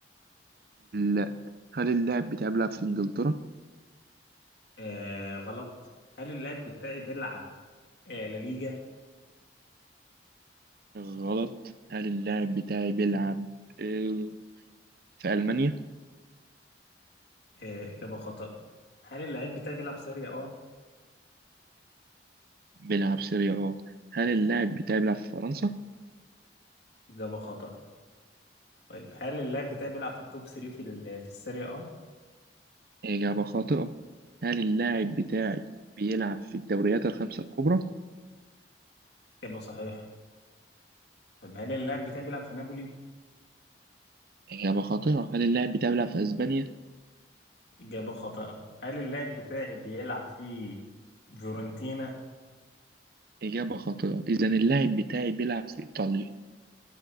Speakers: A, on the right; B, on the left.
A: لا هل اللاعب بتاعي بيلعب في إنجلترا؟
B: آه غلط هل اللعيب بتاعي بيلعب آه لا ليجا
A: غلط هل اللاعب بتاعي بيلعب آه، في ألمانيا؟
B: آه إجابة خطأ هل اللعيب بتاعي بيلعب سيريا أه
A: بيلعب سيريا اه هل اللاعب بتاعي بيلعب في فرنسا؟
B: إجابة خطأ طيب هل اللعيب بتاعي بيلعب في التوب 3 في ال- في السيريا أه
A: إجابة خاطئة هل اللاعب بتاعي بيلعب في الدوريات الخمسة الكبرى؟
B: إجابة صحيحة طيب هل اللاعب بتاعي بيلعب في نابولي؟
A: إجابة خاطئة هل اللاعب بتاعي بيلعب في أسبانيا؟
B: إجابة خاطئة. هل اللاعب بتاعي بيلعب في فيورنتينا؟
A: إجابة خاطئة إذا اللاعب بتاعي بيلعب في إيطاليا